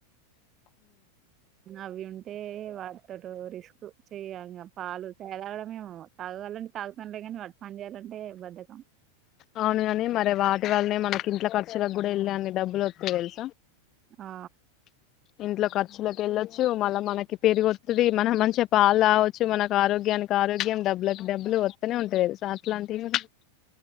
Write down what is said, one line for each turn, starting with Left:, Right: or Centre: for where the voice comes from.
Right: అవి ఉంటే వాడ్తోటో రిస్క్ చెయ్యాలిగ పాలు తాగడమేమో తాగాలంటే తాగుతాన్లే కానీ పని చెయాలంటే బద్దకం
Left: అవునుగని మరి వాటి వల్లనే మనకి ఇంట్ల మనకూడ ఎల్లే అన్ని డబ్బులొస్తయి తెలుసా
Right: ఆ
Left: ఇంట్లో ఖర్చులకెళ్ళొచ్చ మల్లి మనకు పెరుగొస్తది మనం మంచిగా పాల్ తాగొచ్చు మనకు ఆరోగ్యానికి ఆరోగ్యం డబ్బులకిడబ్బులు వస్తూనే ఉంటయి. తెల్సా <unintelligible>